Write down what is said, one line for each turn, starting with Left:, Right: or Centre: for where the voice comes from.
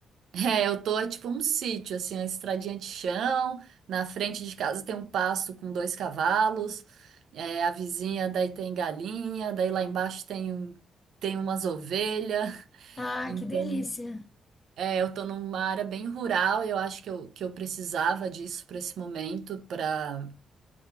Right: É, eu tô é tipo um sítio, assim, a estradinha de chão. Na frente de casa tem um pasto com dois cavalos. é, a vizinha daí tem galinha, daí lá embaixo tem, um- tem umas ovelhas.
Left: Ah,
Right: Então,
Left: que delícia!
Right: é, eu tô numa área bem rural e eu acho que eu, que eu precisava disso para esse momento, para